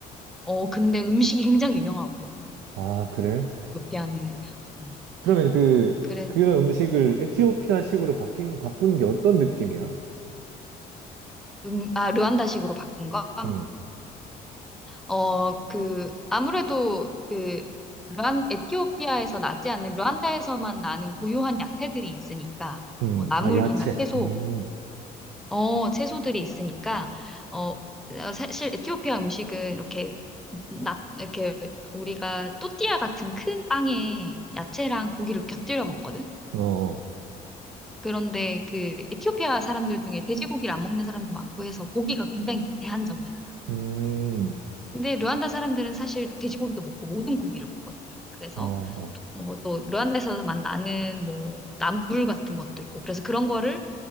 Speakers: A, in the centre; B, on the right.
A: 어, 근데 음식이 굉장히 유명하거든.
B: 아, 그래?
A: 루피아는. 어,
B: 그러면 그,
A: 그래.
B: 그런 음식을 에티오피아식으로 바뀐, 바꾼 게 어떤 느낌이야?
A: 음, 아, 르완다식으로 바꾼 건?
B: 음,
A: 어, 그, 아무래도 그, 르완, 에티오피아에서 나지 않는 르완다에서만 나는 고유한 야채들이 있으니까,
B: 음,
A: 뭐, 나물이나
B: 아, 야채.
A: 채소,
B: 음,
A: 어, 채소들이 있으니까, 어, 어, 사실 에티오피아 음식은 이렇게, 나, 이렇게 우리가 또띠아 같은 큰 빵에 야채랑 고기를 곁들여 먹거든.
B: 어, 어.
A: 그런데 그 에티오피아 사람들 중에 돼지고기를 안 먹는 사람도 많고 해서 고기가 굉장히 제한적이야.
B: 음,
A: 근데 르완다 사람들은 사실 돼지고기도 먹고 모든 고기를 먹거든. 그래서
B: 어, 어.
A: 뭐 또 르완다에서만 나는 뭐 나물 같은 것도 있고 그래서 그런 거를